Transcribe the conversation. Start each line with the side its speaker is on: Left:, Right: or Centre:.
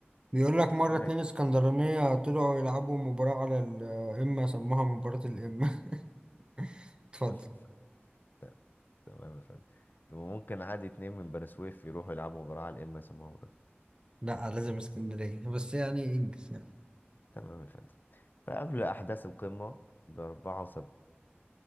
Right: بيقول لك مرة
Left: أيوة.
Right: اتنين اسكندرانية طلعوا يلعبوا مباراة على القمة سموها مباراة القمة <laughs> اتفضل
Left: <laughs> ت- تمام يا فندم ممكن عادي اتنين من بني سويف يروحوا يلعبوا مباراة على الام اس ام.
Right: لا لازم اسكندرية بس يعني انجز يعني
Left: تمام يا فندم فقبل أحداث القمة بأربعة وسبعة